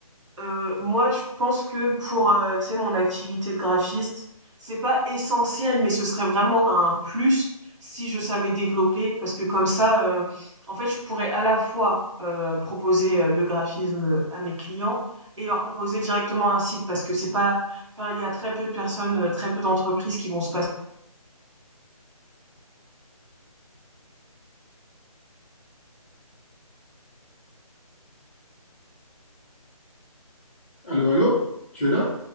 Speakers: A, on the right; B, on the left.
A: Heu, moi, je pense que pour, heu, tu sais, mon activité de graphiste, c'est pas essentiel, mais ce serait vraiment un plus si je savais développer parce que comme ça, heu, en fait, je pourrais à la fois, heu, proposer, heu, le graphisme, euh, à mes clients et leur proposer directement un site parce que c'est pas enfin, il y a très peu de personnes, heu, très peu d'entreprises qui vont se passer
B: Allô, allô? Tu es là?